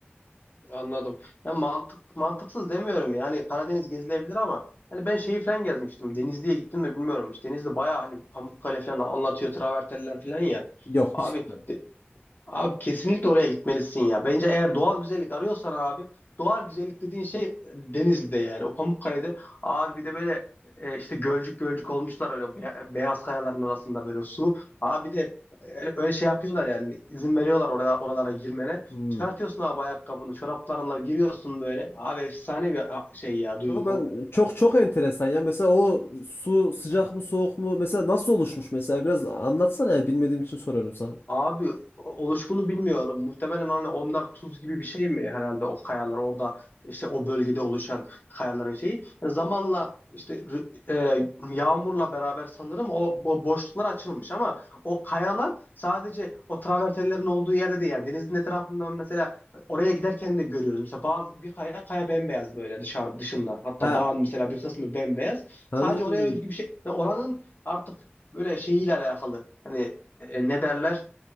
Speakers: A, on the left; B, on the left.
A: Anladım. Ya mantık mantıksız demiyorum yani Karadeniz gezilebilir ama hani ben şeyi falan gezmiştim. Denizli'ye gittim mi bilmiyorum. İşte Denizli bayağı hani Pamukkale falan anlatıyor travertenler falan ya.
B: Yok
A: Abi
B: hiç gitmedim.
A: de- Abi kesinlikle oraya gitmelisin ya. Bence eğer doğal güzellik arıyorsan abi doğal güzellik dediğin şey Denizli'de yani o Pamukkale'de abi bir de böyle e, işte gölcük gölcük olmuşlar öyle be- beyaz kayaların arasında böyle su. Abi bir de öyle, öyle şey yapıyorlar yani izin veriyorlar oralara, oralara girmene.
B: Hmm.
A: Çıkartıyorsun abi ayakkabını çoraplarınla giriyorsun böyle. Abi efsane bir ha- şey ya duygu.
B: Kanka ben çok çok enteresan ya. Mesela o su sıcak mı soğuk mu? Mesela nasıl oluşmuş mesela? Biraz anlatsana yani bilmediğim için soruyorum sana.
A: Abi oluşumunu bilmiyorum. Muhtemelen hani onlar tuz gibi bir şey mi herhalde o kayalar orada işte o bölgede oluşan kayaların şeyi. Yani zamanla işte rü- e, yağmurla beraber sanırım o bo- boşluklar açılmış ama o kayalar sadece o travertenlerin olduğu yerde değil. Yani denizin etrafından mesela oraya giderken de görüyoruz. Mesela bazı bir kaya kaya bembeyaz böyle dışarı dışından. Hatta
B: Ha,
A: dağın mesela bir kısmı bembeyaz.
B: hmm,
A: Sadece oraya özgü bir şey. Yani oranın artık böyle şeyiyle alakalı. Hani e, ne derler?